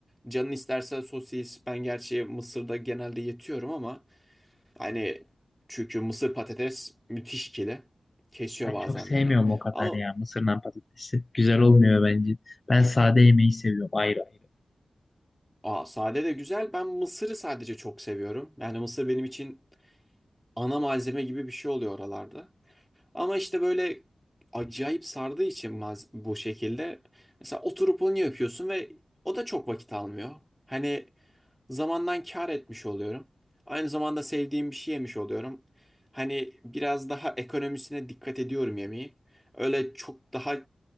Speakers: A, in the centre; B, on the left (about 35°).
A: Canın isterse sosis. Ben gerçi mısırda genelde yetiyorum ama hani çünkü mısır patates müthiş ikili. Kesiyor
B: Ben
A: bazen
B: çok sevmiyorum
A: beni.
B: o kadar
A: Ama
B: ya mısırdan patatesi. Güzel olmuyor bence. Ben sade yemeği seviyorum ayrı ayrı.
A: aa, sade de güzel. Ben mısırı sadece çok seviyorum. Yani mısır benim için ana malzeme gibi bir şey oluyor oralarda. Ama işte böyle acayip sardığı için maz- bu şekilde. Mesela oturup onu yapıyorsun ve o da çok vakit almıyor. Hani Zamandan kâr etmiş oluyorum. Aynı zamanda sevdiğim bir şey yemiş oluyorum. Hani biraz daha ekonomisine dikkat ediyorum yemeği. Öyle çok daha